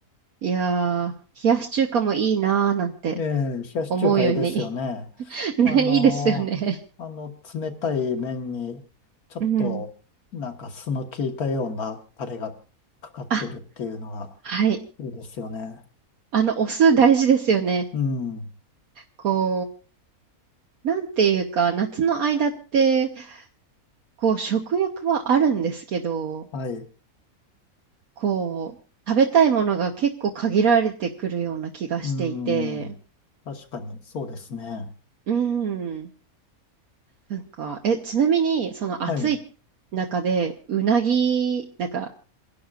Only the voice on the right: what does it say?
いやー、冷やし中華もいいなーなんて。
思うように。<laughs> ね、
いいですよね。うん。あ、はい。
あの、お酢大事ですよね。
こう、なんていうか、夏の間って、こう、食欲はあるんですけど、
こう、食べたいものが結構限られてくるような気がしていて、
うん。なんか、え、ちなみに、その暑い
中で、うなぎ、なんか、